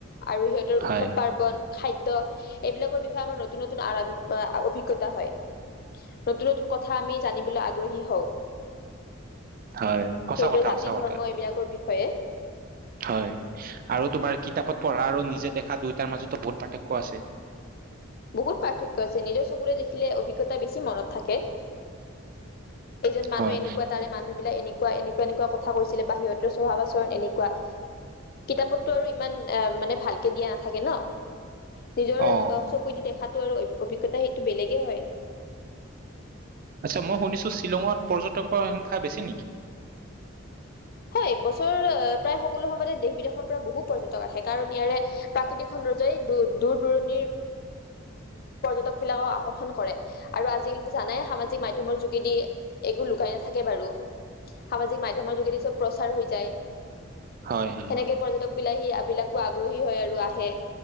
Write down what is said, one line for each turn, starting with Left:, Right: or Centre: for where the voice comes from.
Left: আৰু সিহঁতৰ
Right: হয়,
Left: উৎসৱ পাৰ্বন খাদ্য এইবিলাকৰ বিষয়ে আমাৰ নতুন নতুন অভিজ্ঞতা হয় নতুন নতুন কথা আমি জানিবলৈ আগ্ৰহী হওঁ
Right: হয়। সঁচা
Left: সিহতৰ
Right: কথা,
Left: <unintelligible> জাতি
Right: সঁচা
Left: ধৰ্ম
Right: কথা।
Left: এইবিলাকৰ বিষয় বিষয়ে
Right: হয় আৰু তোমাৰ কিতাপত পঢ়া আৰু নিজে দেখ শা দুয়োটাৰ মাজতো ভোট পাৰ্থক্য আছে
Left: বহুত পাৰ্থক্য আছে নিজৰ চকুৰে দেখিলে অভিজ্ঞতা বেছি মনত থাকে এজন মানুহ
Right: হয়
Left: এনেকুৱা তাৰে মানুহ বিলাক এনেক এনেকুৱা এনেকুৱা কথা কৈছিলে বা সিহঁতৰ স্বভাৱ আচৰণ এনেকুৱা কিতাপতো আৰু ইমান এ মানে ভালকে দিয়া নাথাকে ন নিজৰ
Right: অ
Left: চ দেখাতটো আৰু অ অভিজ্ঞতা সেইটো বেলেগে হয়
Right: আচ্ছা মই শুনিছো শ্বিলঙত পৰ্যটকৰ সংখ্যা বেছি নেকি
Left: হয় বছৰ প্ৰায় সকলো সময়তে দেশ বিদেশৰ পৰা বহু পৰ্যটক আহে কাৰণ ইয়াৰে প্ৰাকৃতিক সৌন্দৰ্যয়ই দ দূৰ দূৰণিৰ পৰ্যটক বিলাকক আকৰ্ষণ কৰে আৰু আজিকালিতো জানাই সামাজিক মাধ্যমৰ যোগেদি একো লুকাই নাথাকে বাৰু সামাজিক মাধ্যমৰ যোগেদি চব প্ৰচাৰ হৈ যায়
Right: হয় হয়
Left: সেনেকে পৰ্যটক বিলাকি বিলাকো আগ্ৰহী হয় আৰু আহে